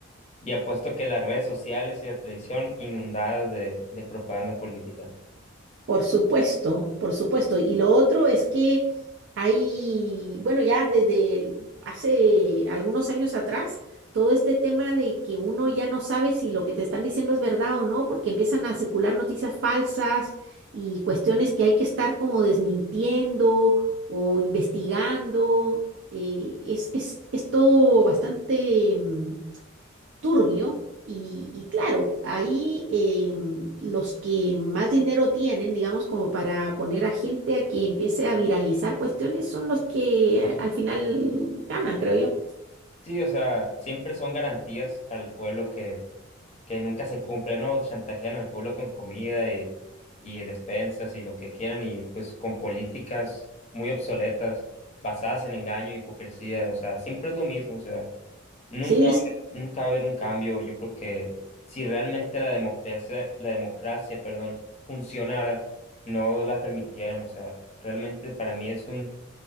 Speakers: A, on the left; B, on the right.
A: Y apuesto que las redes sociales y la televisión inundadas de, de propaganda política.
B: Por supuesto, por supuesto. Y lo otro es que hay, bueno, ya desde hace algunos años atrás, todo este tema de que uno ya no sabe si lo que te están diciendo es verdad o no, porque empiezan a circular noticias falsas y cuestiones que hay que estar como desmintiendo o investigando. eh, es, es, es todo bastante, mm, turbio. Y, y claro, ahí em, los que más dinero tienen, digamos, como para poner a gente a que empiece a viralizar cuestiones, son los que eh, al final ganan, creo yo.
A: Sí, o sea, siempre son garantías para el pueblo que, que nunca se cumple, ¿no? Chantajean al pueblo con comida y, y despensas y lo que quieran y pues con políticas muy obsoletas, basadas en engaño, y hipocresía, o sea, siempre es lo mismo, o sea. Nunca,
B: Sí,
A: va a
B: sí,
A: haber- nunca va a haber un cambio. Yo creo que si realmente la democracia, la democracia, perdón, funcionara, no la permitieran. O sea, realmente para mí es un,